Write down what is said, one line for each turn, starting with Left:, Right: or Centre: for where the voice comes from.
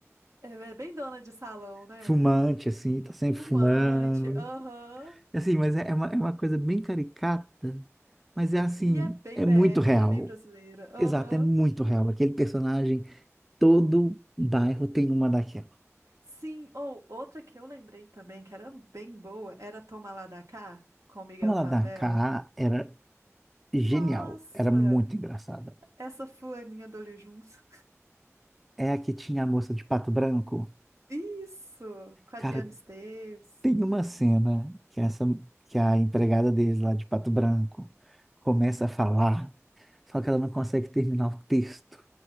Right: É é bem dona de salão, né?
Centre: Fumante, assim, tá sempre
Right: Fumante,
Centre: fumando.
Right: aham.
Centre: Assim, mas é é uma, é uma coisa bem caricata, mas é assim,
Right: E é bem
Centre: é
Right: BR,
Centre: muito real.
Right: né? Bem brasileira, aham.
Centre: Exato, é muito real. Aquele personagem Todo bairro tem uma daquela.
Right: Sim, ou outra que eu lembrei também, que era bem boa, era Toma Lá da Cá, com Miguel
Centre: Uma lá
Right: Falabella.
Centre: da cá era genial,
Right: Nossa!
Centre: era muito engraçada.
Right: Essa fulaninha do Olho Juntos.
Centre: É a que tinha a moça de pato branco.
Right: <laughs> Isso! Com a
Centre: Cara,
Right: Adriana Esteves.
Centre: tem uma cena que essa que a empregada deles lá de pato branco começa a falar, só que ela não consegue terminar o texto,